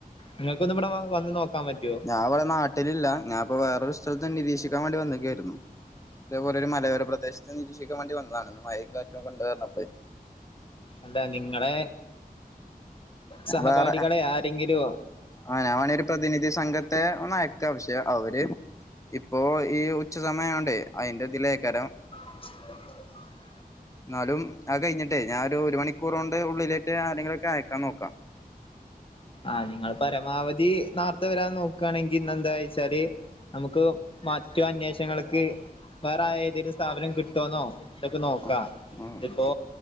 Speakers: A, on the left; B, on the left.
A: നിങ്ങൾക്കൊന്ന് ഇവിടെ വന്ന് നോക്കാൻ പറ്റുവോ
B: അവിടെ നാ ട്ടിലില്ല ഞാനിപ്പോ വേറൊരു സ്ഥലത്ത് നിരീക്ഷിക്കാൻ വേണ്ടി വന്നിക്കായിരുന്നു ഇതേപോലെ ഒരു മലയോര പ്രദേശ ത്ത് നിരീക്ഷിക്കൻ വേണ്ടി വന്നതാണ് ഇന്ന് മഴയും കാറ്റുമൊക്കെ ഉണ്ട് പറഞ്ഞപ്പോളെ
A: അല്ല നിങ്ങളെ സഹപാഠികളെ
B: വേറെ
A: ആരെങ്കിലോ
B: ആഹ് ഞാൻ വേണേ ഒരു പ്രധിനിധി സംഘത്തെ ഒന്ന് അയക്ക പക്ഷെ അവര് ഇപ്പൊ ഈ ഉച്ച സമയം ആയോണ്ടേ അതിന്റെ ഇതിലേക്കരം
A: ആ
B: എന്നാലും അത് കഴിഞ്ഞിട്ടേ ഞാൻ ഒരു മണിക്കൂറൊണ്ട് ഉള്ളിലേറ്റ് ആരെങ്കിലൊക്കെ അയക്കാൻ നോക്കാം
A: ആഹ് നിങ്ങൾ പരമാവധി നാർത്തെ വരാൻ നോക്കുകയാണെങ്കിൽ ഇന്ന് ന്താ വെച്ചാല് നമുക്ക് മറ്റു അന്വേഷങ്ങൾക്ക് വേറെ ഏതേലും സ്ഥാപനം കിട്ടോന്നോ ഇതൊക്കെ നോക്കാം
B: ആഹ് ആഹ്
A: ഇതിപ്പോ